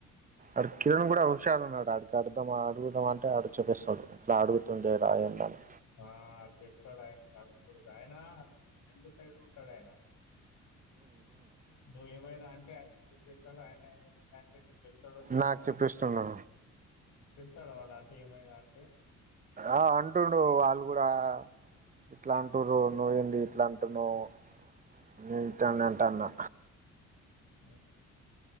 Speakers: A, on the right (about 25°); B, on the left (about 75°).
A: అడు కిరణ్ కూడా హషారు ఉన్నాడు అడికి అడదాం అడుగుదాం అంటే ఆడ చెప్పేస్తాడు ఎట్లా అడుగుతుండే రా ఏమనీ
B: ఆ చెప్పాడు ఆయన కడగకూడద ఆయన రెండు సైడ్ ఉంటాడు ఆయన నువ్ ఏమైనా అంటే ఆయన చెప్పేస్తాడు ఆయన ఏమైనా అంటేవ చె చెప్తాడో చెప్పడు
A: నాకు
B: కాని
A: చెప్పిస్తుండు
B: చెప్తాడు వాళ్ళ అత ఏమైనా అంటే
A: ఆ అంటుండు వాళ్ళు కూడా ఇట్లా అంటురు నువ్వేంది ఇట్లా అంటున్నావ్ ఇని అంటా అన్నా
B: అ